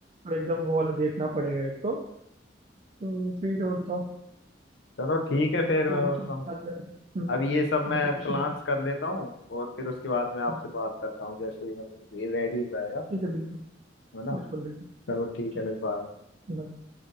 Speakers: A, on the right; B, on the left.
A: तो एकदम वो वाला देखना पड़ेगा एक तो तो फिर और बताओ
B: चलो ठीक है फिर मैं
A: वो
B: मतलब
A: तो क्या है हम्म
B: अब ये सब
A: और
B: मैं
A: तो कुछ
B: प्लान्स
A: नहीं
B: कर लेता हूँ और फिर उसके बाद मैं आपसे
A: हम्म,
B: बात करता हूँ जैसे ही मतलब ये रेडी हो जाएगा तो
A: ठीक है बिल्कुल
B: है ना
A: बिल्कुल बिल्कुल
B: चलो ठीक
A: ठीक
B: है
A: है
B: फिर बाय
A: bye।